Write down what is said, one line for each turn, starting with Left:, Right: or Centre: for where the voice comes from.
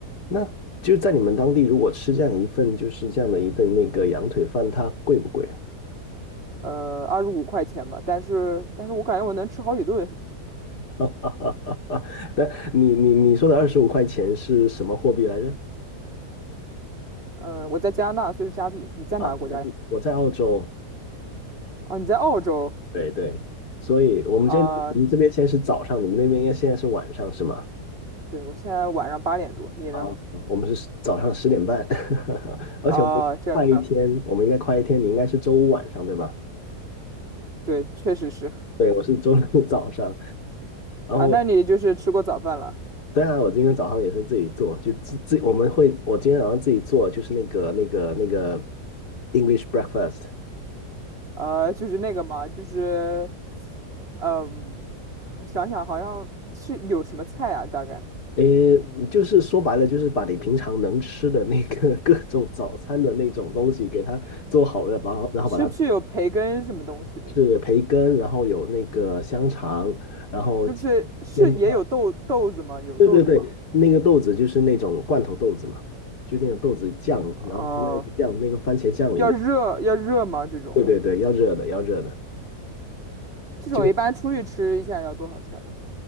Left: 那就在你们当地，如果吃这样一份，就是这样的一份那个羊腿饭，它贵不贵啊？
Right: 呃，二十五块钱吧，但是但是我感觉我能吃好几顿，
Left: <laughs> 但你你你说的二十五块钱是什么货币来着？
Right: 嗯、我在加拿大，所以是加币，你在哪个国家呀？
Left: 啊，加币。我在澳洲，
Right: 啊，你在澳洲
Left: 对对，所以我们这我们这边现在是早上，
Right: 啊、
Left: 你们那边应该现在是晚上是吗？
Right: 对，我现在晚上八点多，你呢？
Left: 啊，我们是早上十点半，<laughs> 而且我们快一天，
Right: 啊、这样。
Left: 我们应该快一天，你应该是周五晚上对吧？
Right: 对，确实是。
Left: 对，我是周六早上，然后
Right: 啊，那你就是吃过早饭了？
Left: 对啊，我今天早上也是自己做，就自自我们会，我今天早上自己做，就是那个那个那个 English breakfast，
Right: 呃，就是那个嘛，就是，嗯，我想想，好像是有什么菜啊？大概
Left: 诶，就是说白了，就是把你平常能吃的那个 <laughs> 各种早餐的那种东西给它做好了，然后然后把它
Right: 是不是有培根什么东西的？
Left: 是培根，然后有那个香肠，然后煎
Right: 是不是是也有豆豆子吗？
Left: 煎蛋，
Right: 有豆子吗？
Left: 对对对，那个豆子就是那种罐头豆子嘛，就那种豆子酱，然后放在那个酱那个番茄酱里面，
Right: 嗯、要热要热吗？这种
Left: 对对对，要热的要热的。
Right: 这种一般出去吃一下要多少钱呢？
Left: 就。